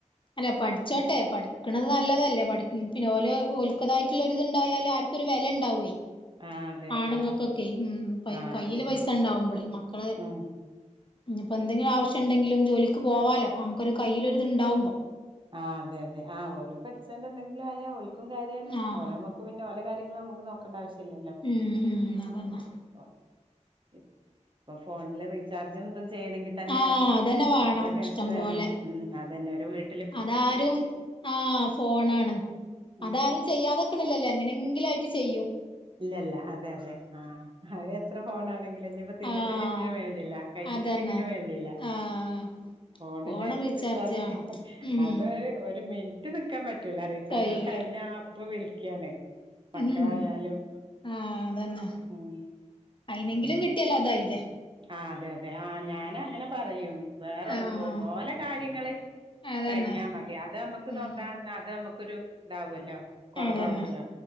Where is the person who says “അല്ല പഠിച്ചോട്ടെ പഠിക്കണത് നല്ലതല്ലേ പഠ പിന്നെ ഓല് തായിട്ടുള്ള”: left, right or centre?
Left